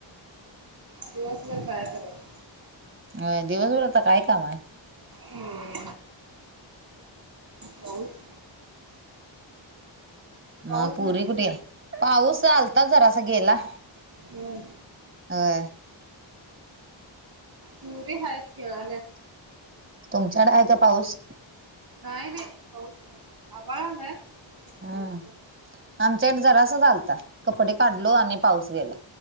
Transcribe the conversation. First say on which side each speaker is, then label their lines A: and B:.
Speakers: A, on the right; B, on the right.
A: दिवसभर काय करायचं.
B: हो दिवसभर आता काय काम आहे.
A: हम्म पाऊस पाऊस
B: मग पोरगी
A: म्हटलं
B: कुठे आहे? पाऊस आलत जरासा गेला
A: हम्.
B: अ वाय
A: पूरे हा खेळला.
B: तुमच्याकड आहे का पाऊस
A: नाही नाही होऊच नाही आबाळ आलाय. पाऊस
B: हम्म
A: नाही
B: आमच्याकड जरास आलत कपडे काढलो आणि पाऊस गेला